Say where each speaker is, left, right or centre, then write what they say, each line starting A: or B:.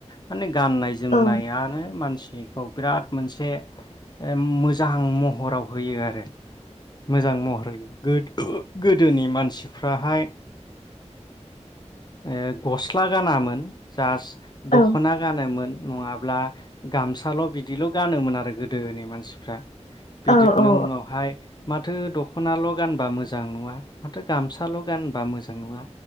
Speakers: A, on the left (about 35°); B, on the left (about 85°).
A: माने ग गाननाय जोमनायानो
B: उम
A: मानसि बिखौ बिराद मोनसे ओ मोजां महराव होयो आरो। मोजां महर होयो। गोद ओ। गोदोनि मानसिफ्राहाय ओ गस्ला गानामोन जास्ट
B: औ
A: दख'ना गानोमोन। नङाब्ला गामसाल' बिदिल' गानोमोन आरो गोदोनि मानसिफ्रा। बिदिनो
B: औ औ
A: उनावहाय माथो दख'नाल' गानबा मोजां नङा माथो गामसाल' गानबा मोजां नङा